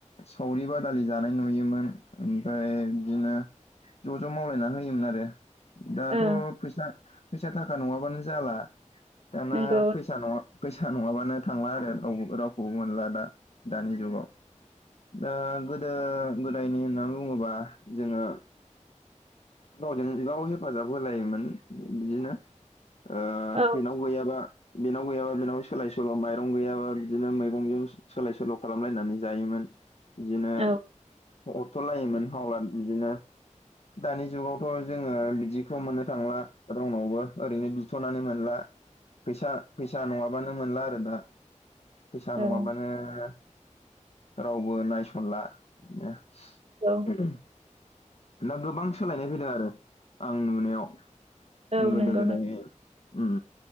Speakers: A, on the left (about 55°); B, on the right (about 50°).
A: सावरि बादालि जानाय नुयोमोन ओमफ्राय बिदिनो ज' ज' मावलायना होयोमोन आरो दाथ'
B: ओं
A: फैसा फैसा थाखा नङाबानो जाला दाना
B: नंगौ
A: फैसा नङा। फैसा नङाबानो थांला आरो रावबो रावखौबो मोनला दा दानि जुगाव ओ दा गोदो-गोदायनि होनना बुङोबा जोङो। गावजों गाव हेफाजाब होलायोमोन बिदिनो। ओ
B: औ
A: बेनाव गैयाबा बेनाव गैयाबा बे बिनाव सोलाय सोल' माइरं गैयाबा बिदिनो मैगंजों सोलाय सोल' खालामलायनानै जायोमोन। बिदिनो
B: औ
A: हरथ' लायोमोन हावलाद बिदिनो। दानि जुगावथ' जोङो बिदिखौ मोननो थांला रावनावबो ओरैनो बिथ'नानै मोनला फैसा फैसा नङाबानो मोनला आरो दा फैसा
B: औ
A: नङाबानो ओ रावबो नायस'नला ओ
B: औ।
A: <unintelligible> दा गोबां सोलायनाय फैदों आरो आं नुनायाव
B: औ
A: गोदो-गोदाय।
B: नंगौ नंगौ
A: ओम